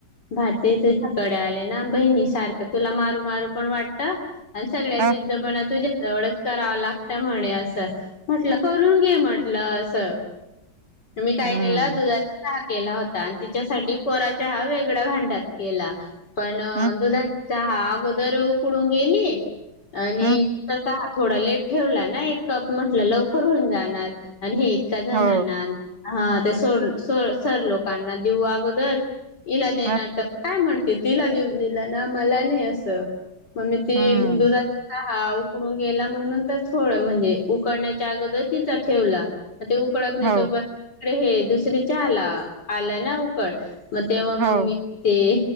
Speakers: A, on the left; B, on the right.
A: भारती तु. कडे आले ना बहिणी सारखं तुला मारू मारू पण वाटत आणि सगळ्यात
B: ह
A: जिद्द पणा तुझ्या जवढच करावं लागतं म्हणे असं म्हटलं करून घे म्हटलं अस. मी काय
B: हम्म
A: केलं दुधाचा. केला होता आणि त्यािच्यासाठी कोरा च हा वेगळ्या भांड्यात केला पण
B: हम्म
A: दुधा चहा अगोदर उडून गेली आणि
B: हम्म
A: त थोडा लेट ठेवला ना, एक कप म्हटलं लवकर होऊन जाणार आणि हे इतका जणांना
B: हो
A: हा ते सोड स सर लोकांना दिऊ अगोदर, इला देणार
B: ह
A: तर काय म्हणते तिला देऊन दिला ना मला नाही असं. मग मी ती
B: हम्म
A: दुधाचा चहा हा उकडून गेला मग, नंतर थोड म्हणजे उकडण्याच्या अगोदर तिचा ठेवला. ते उकडत नाही
B: हो
A: तोप <unintelligible> हे दुसर चहाला आला ना उकळ. मग तेव्हा
B: हो
A: मग मी ते,